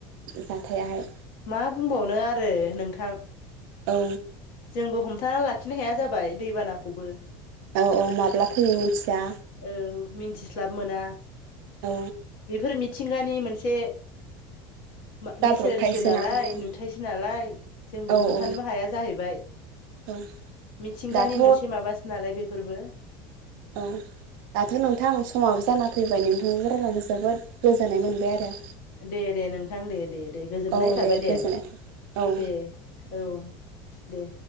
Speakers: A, on the right (about 65°); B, on the left (about 75°).
A: जाथायाहाय
B: मा बुंबावनो आरो नोंथां
A: औ
B: जोंबो हमथा लाखिनो हाया जाबाय दैबानाखौबो
A: औ औ माब्ला फैयो मिथिया
B: औ मिन्थिस्लाब मोना
A: औ
B: बेफोर मिथिंगानि मोनसे मा
A: जाब्रबथायसोना
B: नेचारेलसो नालाय
A: नोंथां
B: नुथायसो नालाय जोंबो
A: औ
B: हमथानोबो
A: औ
B: हाया जाहैबाय
A: औ
B: मिथिंगानि
A: दाथ'
B: मोनसे माबासो नालाय बेफोरबो
A: ओ दाथ' नोंथां समाबो जाना फैबाय नोंथांनि रायलायनानै जोबोद गोजोननाय मोनबाय आरो
B: दे दे नोंथां दे दे दे गोजोननाय
A: औ
B: थाबाय दे
A: गोजोननाय थाबाय औ
B: दे औ दे